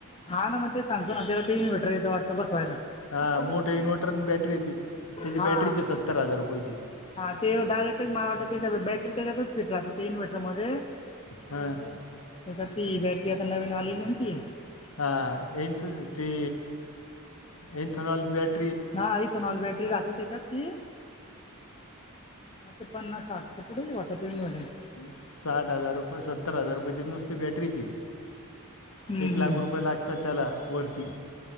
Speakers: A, on the left (about 25°); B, on the left (about 75°).
A: हा ना मग ते सांगतो ना त्याला ते इनवर्टर येतं वातं बसवायला.
B: हा मोठे इन्व्हर्टर आणि बॅटरी होती त्याची
A: हा
B: बॅटरीची सत्तर हजार रुपयाेची.
A: हा ते डायरेक्टच मला वाटत त्याच्या बॅटरी त्याच्यात. च फिट राहते ते इन्व्हर्टरमध्येध्ये
B: हम्.
A: त्या ती बॅटरी आता नवीनॉलीतीी.
B: ह एथ ती एंथनॉल बेट
A: ना आई तोणाल बॅटरी राहते त्याच्यात ती. आ ते पन्नास आठ तर पुढे वाट इन वगैरे.
B: साठ हजार रुपये सत्तर हजार रुपयाची नुसती बॅटरीची.
A: हम्म
B: एक लाख
A: हम्म
B: रुपये लागतात त्याला वरती.